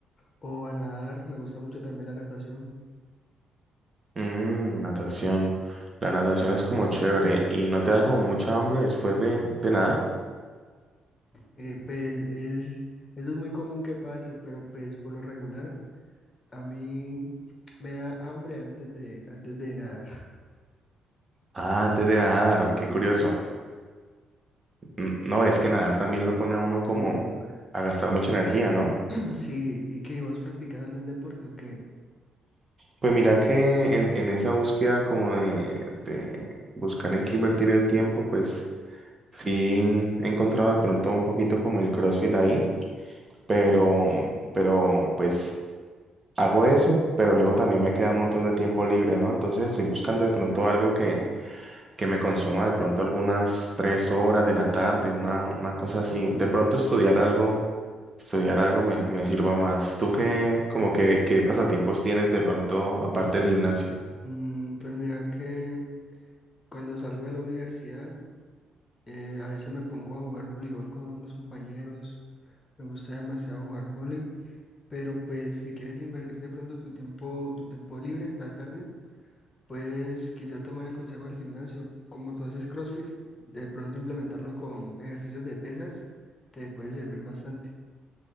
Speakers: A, on the left; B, on the right.
A: o a nadar, me gusta mucho también la natación.
B: Mm, natación. La natación es como chévere y no te da como mucha hambre después de, de nadar.
A: Eh, pues es, eso es muy común que pase, pero pues por lo regular a mí me da hambre antes de, antes de nadar.
B: Ah, antes de nadar, qué
A: Sí,
B: curioso. N- No, es que nadar también lo pone a uno como
A: y,
B: a gastar mucha energía, ¿no?
A: <clears throat> sí, ¿y que vos practicas algún deporte o qué?
B: Pues mira que en, en esa búsqueda como de, de buscar en qué invertir el tiempo, pues sí he encontrado de pronto un poquito como el CrossFit ahí, pero, pero pues hago eso, pero luego también me queda un montón de tiempo libre, ¿no? Entonces estoy buscando de pronto algo que, que me consuma de pronto algunas tres horas de la tarde, una, una cosa así. De pronto estudiar algo, estudiar algo me, me sirva más. ¿Tú qué, como que, qué pasatiempos tienes de pronto aparte del gimnasio?
A: Mm, pues mira que cuando salgo de la universidad Eh, a veces me pongo a jugar voleibol con los compañeros. Me gusta demasiado jugar voleibol. Pero pues si quieres invertir de pronto tu tiempo, tu tiempo libre en la tarde, pues quizá tomar el consejo del gimnasio. Como tú haces CrossFit, de pronto implementarlo con ejercicios de pesas te puede servir bastante.